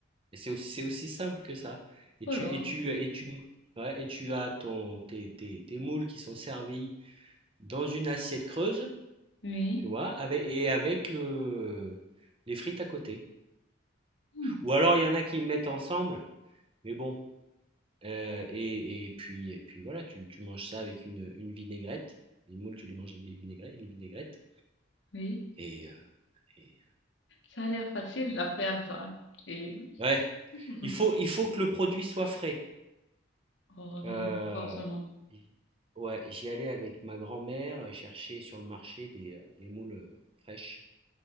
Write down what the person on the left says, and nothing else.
Oh
là,
oui,
hmm,
oui.
Ça a l'air facile de faire ça. Et
<laughs>
oh oui,
forcément.